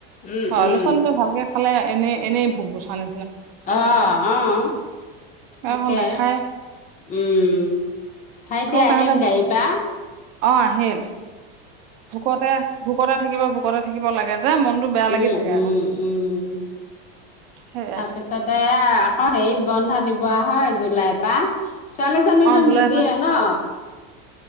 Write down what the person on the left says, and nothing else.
উম,
উম,
আহ আহ তাকে
উম ভাইতে
আহিল গাড়ীৰ পৰাা
উম
উম
উম
তাৰপিছতে এয়া অ হেৰিত বন্ধ দিব হয় জুলাইৰ পৰা ছোৱালী জনিটো
নিদিয়ে
ন